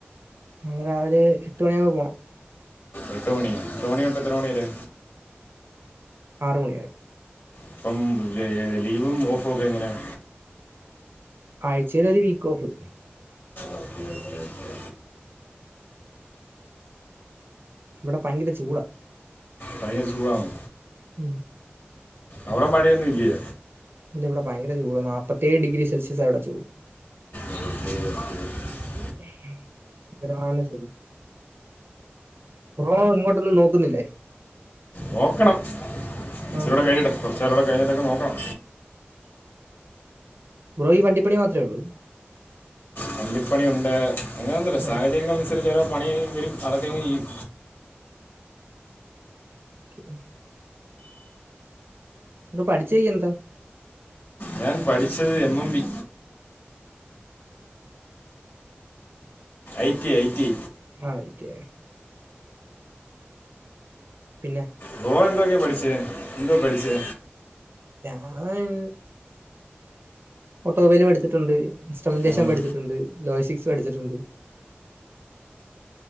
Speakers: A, on the right (about 65°); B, on the left (about 55°).
A: നാളെ രാവിലെ എട്ട് മണിയാവുമ്പോ പോകണം.
B: എട്ടുമണിയോ എട്ടുമണി തൊട്ട് എത്ര മണി വരെ.
A: ആറ് മണി വരെ
B: ഇപ്പം ലീവും ഓഫും ഒക്കെ എങ്ങനെയാ.
A: ആഴ്ചയിൽ ഒരു week off.
B: Okay okay okay
A: ഇവിടെ ഭയങ്കര ചൂടാ.
B: ഭയങ്കര ചൂടാണോ
A: ഉം
B: അവടെ മഴയൊന്നുവില്ലേ
A: ഇല്ലവ്ടെ ഭയങ്കര ചൂട നാപ്പത്തേഴ് ഡിഗ്രിസെൽഷ്യസാ ഇവടെ ചൂട്
B: ഓക്കെ ഓക്കെ
A: <unintelligible> ബ്രോ ഇങ്ങോട്ടൊന്നും നോക്കുന്നില്ലേ
B: നോക്കണം ഇച്ചിരൂടെ
A: ആഹ്.
B: കഴിയട്ടെ കൊറ്ച്ചാളൂടെ കഴിഞ്ഞിട്ടൊക്കെ നോക്കണം
A: ബ്രോ ഈ വണ്ടിപ്പണി മാത്രേഒള്ളൂ
B: വണ്ടിപ്പണിയുണ്ട് അങ്ങനെയൊന്നുല്ല സാഹചര്യങ്ങളനുസരിച്ച്
A: ആഹ്.
B: ഓരോ പണി വരും അതൊക്കെയങ്ങ് ചെയ്യും
A: ഓക്കെ ബ്രോ പഠിച്ചെയൊക്കെന്താ
B: ഞാൻ പഠിച്ചത് M M B IT IT
A: ആഹ് ഐറ്റിഐ പിന്നെ
B: ബ്രോ എന്തൊക്കെ പഠിച്ചേ എന്തുവാ പഠിച്ചേ
A: ഞാൻ ഓട്ടോമൊബൈൽ പഠിച്ചിട്ടുണ്ട് ഇൻസ്ട്രുമെന്റേഷൻ
B: ഉം.
A: പഠിച്ചിട്ടുണ്ട് ലോജിസ്റ്റിക്സ് പഠിച്ചിട്ടുണ്ട്